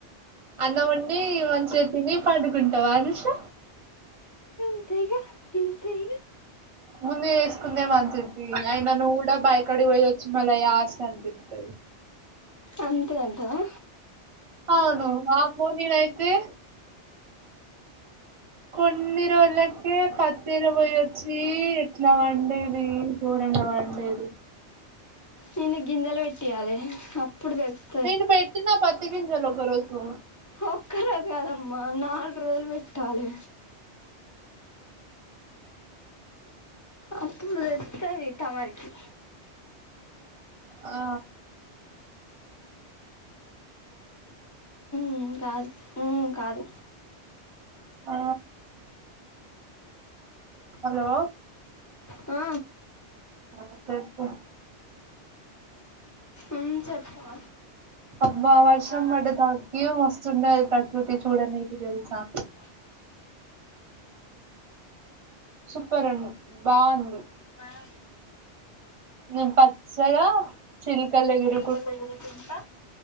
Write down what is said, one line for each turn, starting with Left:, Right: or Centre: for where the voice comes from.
Right: అన్నం వండి మంచిగా తిని పండుకుంటవా అనూషా.
Left: అంతేగా ఇంతేగా
Right: ముందే చేస్కుందే మంచిది. అయిన నువ్వు కూడా బాయి కాడికి పోయి వచ్చి మళ్ళ యాష్ట అనిపిత్తది.
Left: అంతే అంటవా.
Right: అవును మాకు మున్నీరైతే కొన్ని రోజులకే పత్తేరపోయ్ వచ్చి ఎట్లా వండేది. గోరంగా వండేది.
Left: నిన్ను గింజెలు పెట్టియాలె అప్పుడు తెల్
Right: నేను పెట్టిన పత్తి గింజలు ఒక రోజు.
Left: ఒక్క రోజు కాదమ్మా నాలుగు రోజులు పెట్టాలె. అప్పుడు తెల్తది తమరికి.
Right: ఆ
Left: హ్మ్ కాదు, హ్మ్ కాదు.
Right: ఆ హలో
Left: ఆ
Right: ఆ చెప్పు
Left: హ్మ్ చెప్పా
Right: అబ్బా వర్షం
Left: అట్లా
Right: పడ్డ తర్వాతకి మస్తుండది ప్రకృతి చూడనీకి తెలుసా
Left: <inaudible>
Right: సూపర్ ఉం బావుంది.
Left: మామ్
Right: నేను పచ్చగా చిల్కల దగ్గర
Left: చిలుకల దగ్గర తింటా